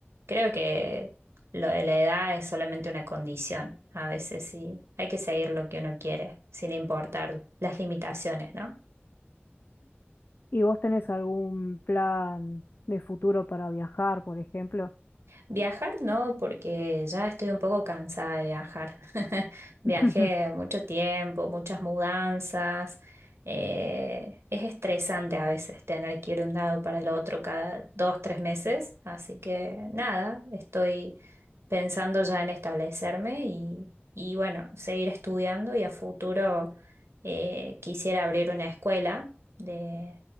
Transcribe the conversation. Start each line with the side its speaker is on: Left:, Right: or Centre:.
Right: creo que lo de la edad es solamente una condición. A veces sí, hay que seguir lo que uno quiere, sin importar las limitaciones, ¿no?
Left: ¿Y vos tenés algún plan de futuro para viajar, por ejemplo?
Right: Viajar no, porque ya estoy un poco cansada de viajar. <laughs> Viajé
Left: <laughs>
Right: mucho tiempo, muchas mudanzas. eh, es estresante a veces tener que ir de un lado para el otro cada dos, tres meses. Así que nada, estoy pensando ya en establecerme y, y bueno, seguir estudiando y a futuro eh, quisiera abrir una escuela de,